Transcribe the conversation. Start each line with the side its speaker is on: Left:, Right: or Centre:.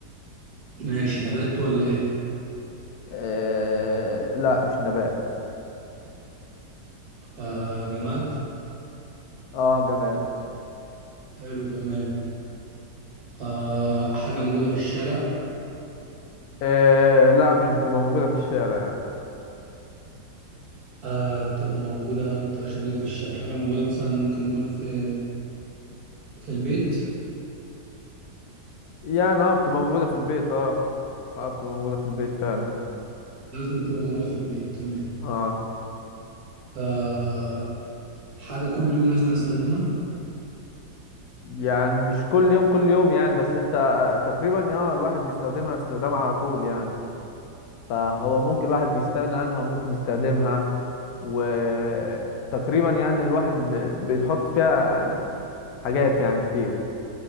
Right: ماشي نبات ولا ايه
Left: إيه لا مش نبات
Right: آه جماد
Left: اه جماد
Right: حلو جماد آه حاجة موجودة في الشارع
Left: إيه لا مش بتبقى موجودة في الشارع يعني
Right: آه بتبقى موجودة ما بتبقاش موجودة في الشارع حاجة موجودة مثلا ممكن نقول في في البيت
Left: يعني اه بتبقى موجودة في البيت اه اه بتبقى موجودة في البيت فعلا
Right: لازم تبقى موجودة في البيت تمام
Left: اه
Right: آه حاجة كل يوم لازم نستخدمها
Left: يعني مش كل يوم كل يوم يعني بس انت آه، تقريبا اه الواحد بيستخدمها استخدام على طول يعني فهو ممكن الواحد يستغنى عنها وممكن يستخدمها وتقريبا يعني الواحد ب- بيحط فيها يعني حاجات يعني كتير